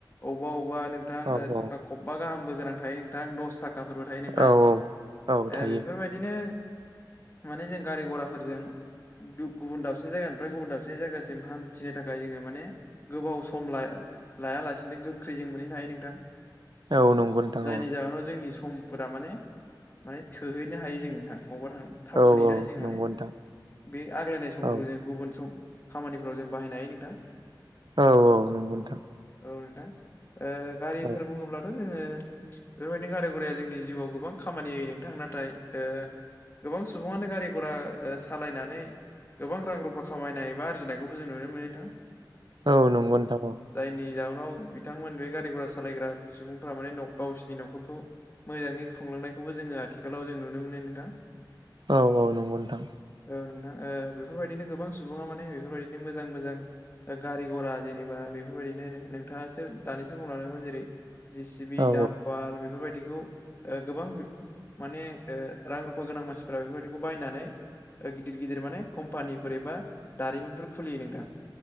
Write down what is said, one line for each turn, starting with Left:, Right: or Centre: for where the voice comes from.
Left: अबाव बा नोंथां
Right: औ
Left: साखा
Right: औ
Left: खबबा गाहामबो गोनां थायो नोंथां दस साख खाफोरबो थायो नोंथां
Right: औ औ औ थायो
Left: ओ बेफोरबायदिनो माने जों गारि गराफोरजों दुब गुबुन दाबसे जायगानिफ्राय गुबुन दाबसे जायगासिम हान्थिनो थाखाय जोङो माने गोबाव सम ला लायालासेनो गोख्रै जों मोनहैनो हायो नोंथां
Right: औ नंगौ नोंथां
Left: जायनि
Right: औ
Left: जाहोनाव जोंनि सम फोरा माने माने थोहैनो हायो जों नोंथां अबावबा थांनो थाब
Right: औ
Left: मोनहैनानै
Right: औ
Left: जों माने
Right: नंगौ नोंथां
Left: बे आग्लायनाय समफोरखौ
Right: औ
Left: जों गुबुन सम खामानिफोराव जों बाहायनो हायो नोंथां
Right: औ श-औ नंगौ नोंथां।
Left: औ नोंथां ओ गारिफोर
Right: औ
Left: बुङोब्लाथ' जोङो बेफोरबायदिनो गारि गराया जोंनि जिउआव गोबां खामानि होयो नोंथां नाथाय ओ गोबां सुबुङानो गारि घरा सालायनानै गोबां रां रुफा खामायनाय एबा आरजिनायखौबो जों नुनो मोनो नोंथां ओ
Right: औ नंगौ नोंथां औ
Left: जायनि जाउनाव बिथांमोन बे गारि घरा सा सालायग्रा सुबुंफ्रा माने गावसिनि नखरखौ मोजाङै खुंलांनायखौबो जोङो आथिखालाव जों नुनो मोनो नोंथां।
Right: औ-औ नंगौ नोंथां
Left: औ नोंथां बेफोरबायदिनो गोबां सुबुङा माने बेफोरबायदिनो मोजां मोजां गारि घरा जेनेबा बेफोरबायदिनो नो नोंथाङासो दानिसो बुंलांदोंमोन जेरै जि चि बि
Right: औ
Left: दामपार बेफोरबायदि खौ ओ गोबां बिब माने ओ रां रुफा गोनां मानसिफ्रा बेफोरबायदिखौ बायनानै ओ गिदिर गिदिर माने कम्पानिफोर एबा दारिमिनफोर खुलियो नोंथां।